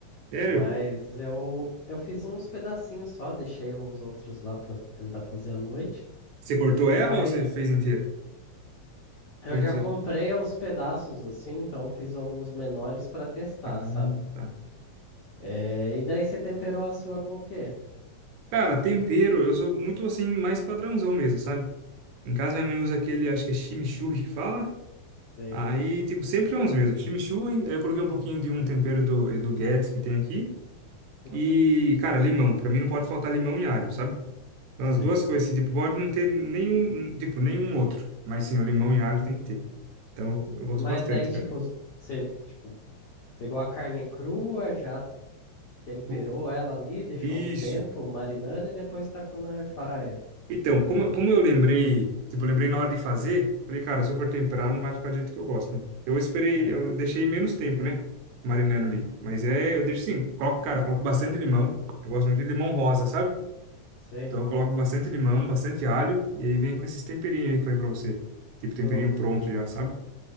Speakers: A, on the right; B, on the left.
A: Sério?
B: Mas eu, eu fiz uns pedacinhos só, deixei uns outros lá pra tentar fazer à noite.
A: Você cortou ela
B: Aí
A: ou você fez inteira?
B: Eu
A: Como
B: já
A: que
B: comprei
A: você...
B: aos pedaços assim, então fiz alguns menores pra testar,
A: Ah,
B: sabe?
A: tá.
B: É, e daí você temperou a sua com o quê?
A: Cara, tempero, eu sou muito assim, mais padrãozão mesmo, sabe? Em casa minha mãe usa aquele, acho que é chimichurri que fala.
B: Sei.
A: Aí, tipo, sempre são os mesmos. Chimichurri, aí eu coloquei um pouquinho de um tempero do Edu Guedes que tem aqui.
B: Uhum.
A: E, cara, limão. Pra mim não pode faltar limão e alho, sabe? Então
B: Sei.
A: as duas coisas, assim, tipo, pode não ter nenhum, tipo, nenhum outro. Mas sim, o limão e alho tem que ter. Então eu gosto
B: Mas
A: bastante,
B: daí, tipo,
A: cara.
B: você pegou a carne crua, já temperou
A: O-
B: ela ali, deixou
A: Isso.
B: um tempo marinando e depois tacou na air fryer.
A: Então, como, como eu lembrei, tipo, eu lembrei na hora de fazer, falei, cara, se eu for temperar, não vai ficar do jeito que eu gosto, né? Então, Eu esperei,
B: Aham,
A: eu deixei menos tempo, né? Marinando ali. Mas é, eu deixo sim, coloco, cara, coloco bastante limão. Eu gosto muito de limão rosa, sabe?
B: <laughs> Sei.
A: Então eu coloco bastante limão, bastante alho, e aí vem com esses temperinhos aí que eu falei pra você. Tipo, temperinho
B: Uhum.
A: pronto já, sabe?